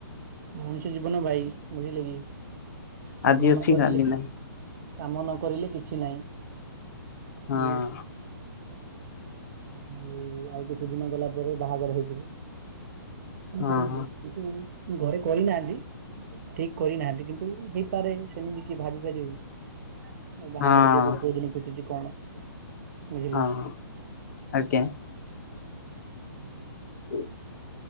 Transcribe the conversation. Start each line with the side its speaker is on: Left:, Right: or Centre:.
Right: ମଣିଷ ଜୀବନ ଭାଇ, ବୁଝିଲେ କି? କାମ
Left: ଆଜି ଅଛି
Right: ନ କରିଲେ
Left: କାଲି ନାହିଁ।
Right: କାମ ନ କରିଲେ କିଛି ନାହିଁ
Left: ହଁ।
Right: ବୁଝିଲ। ଆଉ ଆଉ କିଛି ଦିନ ଗଲା ପରେ ବାହାଘର ହେଇଯିବ। ମୁଁ
Left: ହଁ
Right: କହୁଛି କିନ୍ତୁ ଘରେ କରିନାହାନ୍ତି, ଠିକ୍ କରିନାହାନ୍ତି କିନ୍ତୁ ହେଇପାରେ ସେମିତି କିଏ ଭାବିପାରିବ। ବାହାଘର
Left: ହଁ
Right: ଯୋଗ କୋଉ ଦିନ ଫିଟୁଚି କଣ ବୁଝିଲେ
Left: ହଁ ହ ଆଜ୍ଞା।
Right: ହୁଁ। <inaudible>
Left: ଉ। <inaudible>